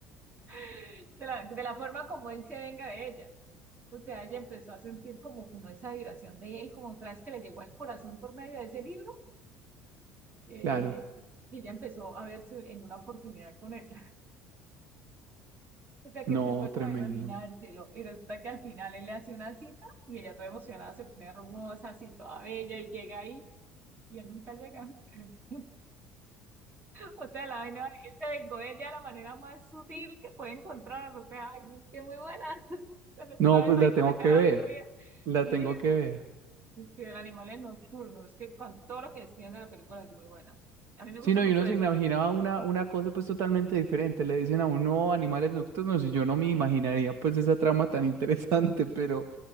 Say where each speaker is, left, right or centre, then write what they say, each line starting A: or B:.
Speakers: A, on the right; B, on the right.
A: <laughs> de la, de la forma como él se venga de ella. O sea, ella empezó a sentir como, como esa vibración de él, como otra vez que le llegó al corazón por medio de ese libro, que,
B: claro,
A: y ella empezó a verse en una oportunidad con él. <laughs> O sea,
B: no,
A: que empezó
B: tremendo.
A: como a imaginárselo, y resulta que al final él le hace una cita, y ella toda emocionada se pone hermosa, así toda bella, y llega ahí, y él nunca llega. <laughs> O sea, la vaina, él se vengó de ella de la manera más sutil que puede encontrar, o sea, ay, es que muy buena. <laughs> Cuando
B: No,
A: tú la ves
B: pues
A: ahí
B: la tengo
A: con la
B: que
A: cara
B: ver,
A: aburrida.
B: la
A: Sí,
B: tengo que ver.
A: Es que el animal es nocturno, es que con todo lo que describen de la película es muy buena. A mí me
B: Si
A: gusta
B: no,
A: mucho
B: y uno se
A: esa.
B: imaginaba una, una cosa pues totalmente diferente. Le dicen a uno animales nocturnos y yo no me imaginaría pues esa trama tan <laughs> interesante, pero